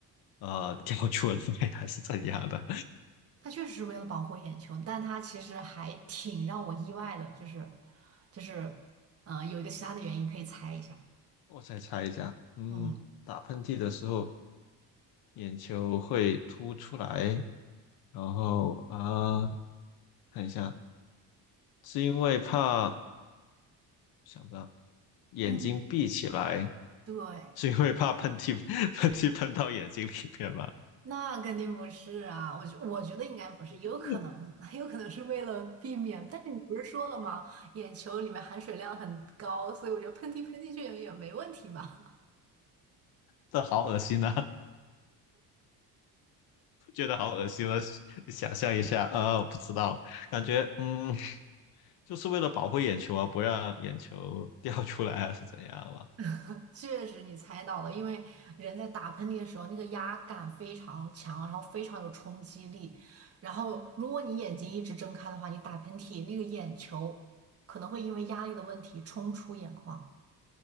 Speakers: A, on the left; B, on the right.
A: 呃 <laughs> 掉出来，<laughs> 还是怎样的？
B: 它确实是为了保护眼球，但它其实还挺让我意外的，就是就是，嗯、有一个其他的原因可以猜一下。
A: <laughs> 我再猜一下，嗯，
B: 嗯
A: 打喷嚏的时候眼球会凸出来，然后啊、呃看一下，是因为怕啊、想不到眼睛闭起来。
B: 嗯，对，
A: 是因为怕喷嚏喷嚏喷到眼睛里面吗？
B: 那肯定不是啊，我觉我觉得应该不是，有可能，
A: <laughs>
B: <laughs> 有可能是为了避免。但是你不是说了吗？眼球里面含水量很高，所以我觉得喷嚏喷进去也也没问题吧？
A: 这好恶心啊！<laughs> 觉得好恶心了，你想象一下，呃，我不知道，感觉嗯，就是为了保护眼球啊，不让眼球掉出来啊，是怎样吧？
B: <laughs> 确实，你猜到了，因为人在打喷嚏的时候，那个压感非常强，然后非常有冲击力。然后，如果你眼睛一直睁开的话，你打喷嚏，那个眼球可能会因为压力的问题冲出眼眶。